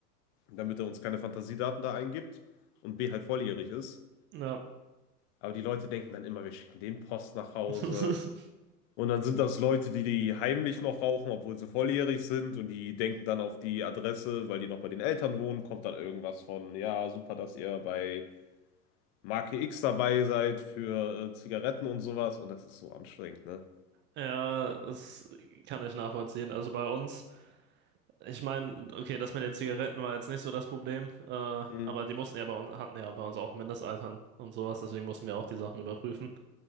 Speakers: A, on the left (about 45°); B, on the right (about 25°).
A: damit er uns keine Fantasiedaten da eingibt und B halt volljährig ist.
B: ja.
A: Aber die Leute denken dann immer, wir schicken den Post nach Hause.
B: <laughs>
A: Und dann sind das Leute, die die heimlich noch rauchen, obwohl sie volljährig sind und die denken dann auf die Adresse, weil die noch bei den Eltern wohnen, kommt dann irgendwas von, ja, super, dass ihr bei Marke X dabei seid für äh, Zigaretten und sowas und das ist so anstrengend, ne?
B: Ja, das kann ich nachvollziehen. Also bei uns, ich meine, okay, das mit den Zigaretten war jetzt nicht so das Problem, äh, aber
A: Hm.
B: die mussten ja bei uns, hatten ja bei uns auch ein Mindestalter und sowas, deswegen mussten wir auch die Sachen überprüfen.